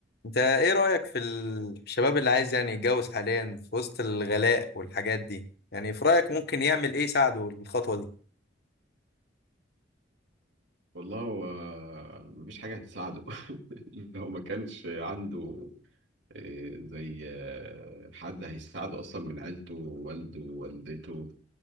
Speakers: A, on the left (about 60°); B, on the right (about 75°).
A: انت ايه رأيك في ال- في الشباب اللي عايز يعني يتجوز حاليا في وسط الغلاء والحاجات دي يعني في رأيك ممكن يعمل ايه يساعده الخطوة دي
B: والله هو مفيش حاجة هتساعده <laughs> لو ما كانش عنده آه، زي آه، حد هيساعده أصلا من عيلته والده ووالدته